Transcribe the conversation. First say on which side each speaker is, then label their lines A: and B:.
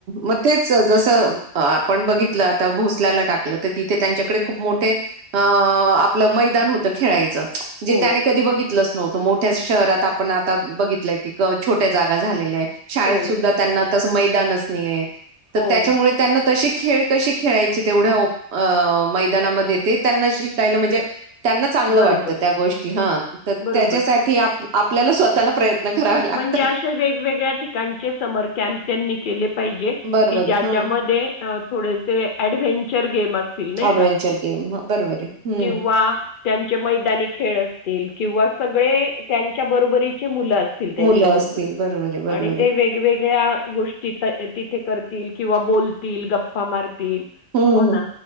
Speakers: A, on the right (about 70°); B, on the left (about 60°).
A: मग तेच जसं आपण बघितलं आ भोसल्याला टाकलं तर तिथे त्यांच्याकडे खूप मोठे अ आपलं मैदान होतं खेळायचं जे
B: हो,
A: त्याने कधी बघितलं असत नव्हत मोठ्या शहरात आपण आता बघितलंय की छोट्या जागा झालेल्या आहेत शाळेत
B: हो,
A: सुधा त्यांना मैदानच नाही आहे तर
B: हो.
A: त्याच्यामुळे त्यांना तशी खेळ कशी खेळायचे तेवढ्या अ मैदानामध्ये ते त्यांना शिकायला म्हणजे त्यांना चांगलं
B: बरोबर,
A: वाटतं त्या गोष्टी ह तर
B: बरोबर.
A: त्याच्यासाठी आपल्याला स्वतःला प्रयत्न करावे लागतात.
B: म्हणजे असे वेगवेगळ्या ठिकाणचे समर कॅम्प त्यांनी केले पाहिजे
A: बरोबर
B: की ज्याच्यामध्ये
A: आहे. हं.
B: थोडेसे डव्हेंचर गेम अस
A: ऍडव्हेंचर
B: क
A: गेम ह बरोबर आहे. हम्म
B: त्यां मैदानी खेळ असतील किं सळे त्यांच्या बरोबरीचे मुलं त्यांच्याबरोबर
A: मुलं असतील बरोबर आहे बरोबर
B: आणि
A: आहे.
B: ते वेगवेगळ्या गोष्टी तिथे करतील किंवा बोलतील गप्पा मार
A: हम्म
B: हो
A: हम्म
B: ना